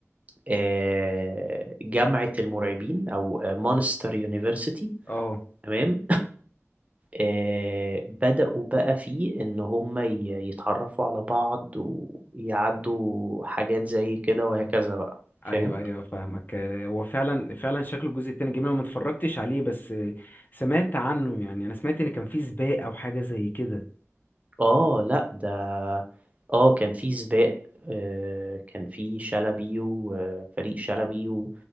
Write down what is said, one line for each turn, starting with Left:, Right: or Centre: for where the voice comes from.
Right: آه، جامعة المرعبين او مانستر يونيفرسيتي
Left: اه
Right: تمام آه، بدأوا بقى فيه إن هم ي- يتعرفوا على بعض ويعدوا حاجات زي كده وهكذا بقى فاهم؟
Left: ايوه ايوه فاهمك آه، هو فعلا فعلا شكله الجزء التاني جميل أنا ما اتفرجتش عليه بس آه، سمعت عنه يعني انا سمعت ان كان فيه سباق او حاجه زي كده
Right: آه لأ ده آه كان في سباق آه، كان في شلبي وفريق شلبي و-